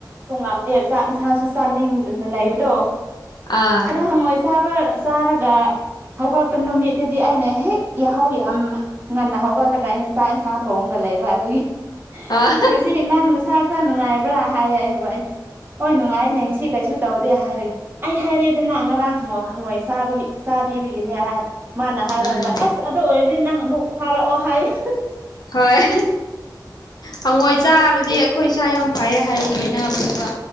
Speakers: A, on the right; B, on the left.
A: ꯁ ꯉꯝꯗꯦ ꯆꯥꯛ ꯏꯟꯁꯥꯡꯁꯨ ꯆꯥꯅꯤꯡꯗꯅ ꯂꯩꯕꯗꯣ
B: ꯑꯥ
A: ꯑꯗꯣ ꯍꯪꯉꯣꯏꯁ ꯕ ꯆꯥꯔꯒ ꯍꯧꯒꯠꯄ ꯅꯨꯃꯤꯠꯇꯨꯗꯤ ꯑꯩꯅ ꯍꯦꯛ ꯌꯥꯍꯧ ꯌꯥꯝ ꯉꯟꯅ ꯍꯧꯒꯠꯂꯒ ꯑꯩꯅ ꯆꯥꯛ ꯏꯟꯁꯥꯡ ꯊꯣꯡꯑꯒ ꯂꯩꯕ ꯑꯗꯨꯒꯤ
B: ꯑꯥ
A: ꯉꯁꯤ ꯅꯪ ꯅꯁꯥ ꯈꯔ ꯅꯨꯡꯉꯥꯏꯕ꯭ꯔꯥ ꯍꯥꯏꯌꯦ ꯑꯩꯕꯨ ꯑꯩꯅ ꯍꯣꯏ ꯅꯨꯡꯉꯥꯏꯅꯦ ꯉꯁꯤ ꯀꯩꯁꯨ ꯇꯧꯗꯦ ꯍꯥꯏꯔꯒꯦ ꯑꯩ ꯍꯥꯏꯔꯦꯗ ꯅꯍ ꯉꯔꯥꯡ ꯍꯪꯉꯛꯑꯣ ꯍꯪꯉꯣꯏꯦ ꯆꯥ ꯄꯤꯕꯒꯤꯅꯦ ꯍꯥꯏ ꯃꯥꯅ ꯍꯥꯏꯔꯛꯄ
B: ꯎꯝ
A: ꯑꯁ ꯑꯗꯨ ꯑꯣꯏꯔꯗꯤ ꯅꯪ ꯑꯃꯨꯛ ꯐꯥꯔꯛꯑꯣ ꯍꯥꯏꯑ
B: ꯍꯣꯏ ꯍꯪꯉꯣꯏ ꯆꯥꯕꯗꯤ ꯑꯩꯈꯣꯏ ꯏꯁꯥ ꯌꯥꯝ ꯐꯩꯌꯦ ꯍꯥꯏꯕꯅꯤ ꯍꯥꯏꯅꯕꯅꯦꯕ